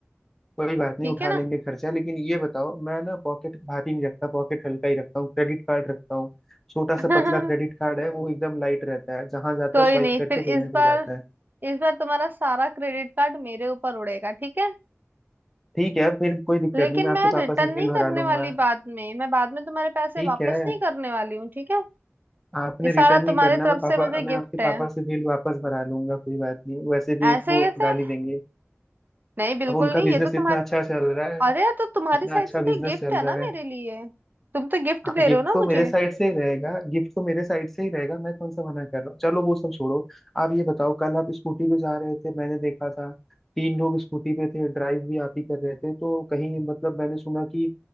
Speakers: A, in the centre; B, on the right.
A: कोई बात नहीं
B: ठीक
A: उठा
B: है ना
A: लेंगे खर्चा लेकिन ये बताओ मैं ना पॉकेट भारी नहीं रखता पॉकेट हल्का ही रखता हूँ क्रेडिट कार्ड रखता हूँ छोटा
B: <laughs>
A: सा पतला क्रेडिट कार्ड है वो एकदम लाइट रहता है जहां जाता
B: कोई
A: है स्वाइप
B: नहीं
A: करके
B: फिर
A: पेमेंट
B: इस बार
A: हो जाता है
B: इस बार तुम्हारा सारा क्रेडिट कार्ड मेरे ऊपर उड़ेगा ठीक है?
A: ठीक है फिर कोई दिक्कत
B: लेकिन
A: नहीं मैं आपके
B: मैं
A: पापा
B: रिटर्न
A: से बिल
B: नहीं
A: भरा
B: करने
A: लूंगा
B: वाली बाद में मैं बाद में तुम्हारे पैसे
A: ठीक
B: वापस
A: है
B: नहीं करने वाली हूँ ठीक है
A: आपने
B: ये सारा
A: रिटर्न नहीं
B: तुम्हारी
A: करना
B: तरफ
A: मैं पापा
B: से मुझे
A: मैं
B: गिफ्ट
A: आपके पापा
B: है
A: से बिल वापस भरा लूंगा कोई बात नहीं वैसे भी
B: ऐसे
A: वो
B: कैसे
A: डाल ही देंगे
B: नहीं बिल्कुल
A: अब उनका
B: नहीं
A: बिजनेस
B: ये तो तुम्हारे
A: इतना अच्छा चल रहा है
B: अरे यार तो तुम्हारी
A: इतना
B: साइड
A: अच्छा
B: से तो
A: बिजनेस
B: गिफ्ट
A: चल
B: है
A: रहा
B: ना मेरे
A: है
B: लिए तुम तो गिफ्ट
A: हाँ
B: दे
A: गिफ्ट
B: रहे हो ना
A: तो
B: मुझे
A: मेरे साइड से ही रहेगा गिफ्ट तो मेरे साइड से ही रहेगा मैं कौन सा मना कर रहा हूँ चलो वो सब छोड़ो आप ये बताओ कल आप स्कूटी पे जा रहे थे मैंने देखा था तीन लोग स्कूटी पे थे ड्राइव भी आप ही कर रहे थे तो कहीं मतलब मैंने सुना कि